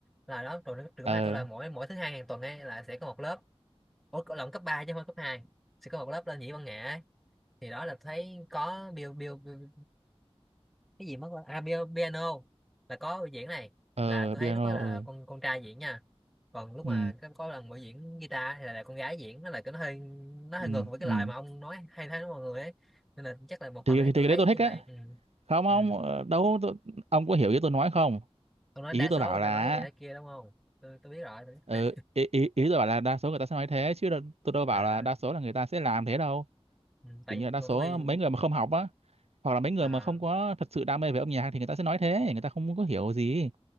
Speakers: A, in the centre; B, on the right (about 80°).
A: là đó trường, trường
B: ờ
A: cấp hai tôi là mỗi mỗi thứ hai hàng tuần ấy là sẽ có một lớp ủa cậu lộn cấp 3 chứ không phải cấp hai sẽ có một lớp lên nhĩ văn nghệ ấy. thì đó là thấy có Bill Bill, Bill cái gì mất rồi à pi- piano là có diễn này
B: ờ
A: là tôi
B: piano
A: thấy lúc đó là
B: ờ
A: con con trai diễn nha còn lúc mà
B: ừ
A: có, có lần buổi diễn guitar thì là, là con gái diễn nó là cái nó hơi nó hơi
B: ừ
A: ngược với cái
B: ừ
A: lời mà ông nói hay thấy đó mọi người ấy nên là chắc là một
B: thì,
A: phần ấy
B: thì
A: tôi
B: cái
A: thấy
B: đấy tôi
A: như
B: thích á
A: vậy ừ.
B: không không
A: Ừ.
B: ờ, đâu tôi, ông có hiểu ý tôi nói không
A: ông nói
B: ý
A: đa
B: tôi
A: số
B: bảo
A: người
B: là
A: ta nói vậy nói kia đúng không tôi tôi biết rồi tôi biết
B: ừ,
A: rồi.
B: ý, ý ý tôi bảo là đa số người ta sẽ nói thế chứ đâu- tôi đâu bảo
A: à
B: là đa số là người ta sẽ làm thế đâu
A: ừ. tại
B: kiểu như là
A: vì
B: đa
A: còn
B: số
A: tôi
B: mấy người mà không học á hoặc là mấy người
A: à,
B: mà không có thật sự đam mê về âm nhạc thì người ta sẽ nói thế người ta không có hiểu gì